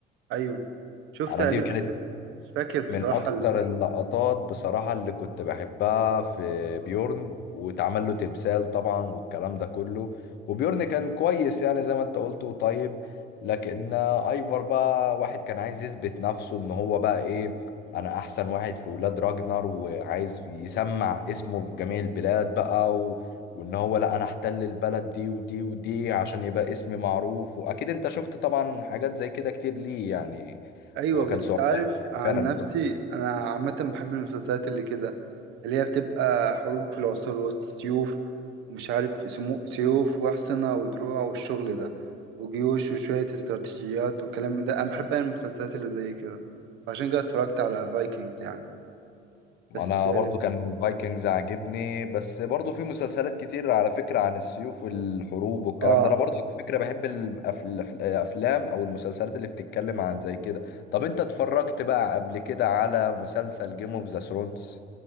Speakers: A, on the right; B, on the left.
A: ايوه شفتها
B: انا دي
A: دي بس
B: كانت
A: مش فاكر بصراحة
B: من اكتر
A: ال...
B: اللقطات بصراحة اللي كنت بحبها في بيورن واتعمل له تمثال طبعا والكلام ده كله وبيورن كان كويس يعني زي ما انت قلت وطيب لكن ايفر بقى واحد كان عايز يثبت نفسه ان هو بقى ايه انا احسن واحد في ولاد راجنر وعايز يسمع اسمه في جميع البلاد بقى و... وان هو لا انا احتل البلد دي ودي ودي عشان يبقى اسمي معروف واكيد انت شفت طبعا حاجات زي كده كتير ليه يعني
A: ايوه
B: هو كان
A: بس
B: ثعبان
A: تعرف عن
B: فعلا
A: نفسي انا عامة بحب المسلسلات اللي كده اللي هي بتبقى حروب في العصور الوسطى سيوف ومش عارف سمو... سيوف واحصنة ودروع والشغل ده وجيوش وشوية استراتيجيات وكلام من ده انا بحب أنا المسلسلات اللي زي كده عشان كده اتفرجت على فايكنجز يعني
B: انا
A: بس
B: برضو كان الفايكنجز عاجبني بس برضو في مسلسلات كتير على فكرة عن السيوف والحروب والكلام
A: اه
B: ده انا برضو على فكرة بحب الأف- الأف- الافلام او المسلسلات اللي بتتكلم عن زي كده طب انت اتفرجت بقى قبل كده على مسلسل جيم اوف ذا ثرونز